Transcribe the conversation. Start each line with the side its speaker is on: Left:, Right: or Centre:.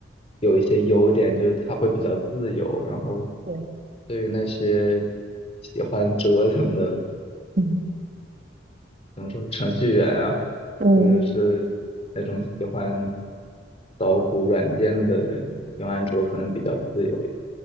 Left: 有一些优点，就是它会比较自由。然后
Right: 对，
Left: 对于那些喜欢折腾的，
Right: 嗯
Left: 怎么说，程序员啊，
Right: 嗯
Left: 或者是那种喜欢捣鼓软件的人，用安卓可能比较自由一点。